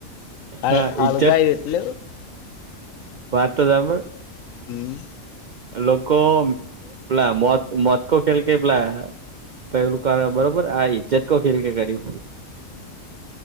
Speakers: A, on the left; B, on the right.
A: હ
B: ના
A: હાલગા
B: ઈજ્જત
A: એટલ
B: વાતા તમે
A: હમ્મ
B: લોકોક પેલા મ મત્કો ખેલ કે પેલા પેલું કારણ બરોબર આ ઈજ્જત ક ખ કે કરી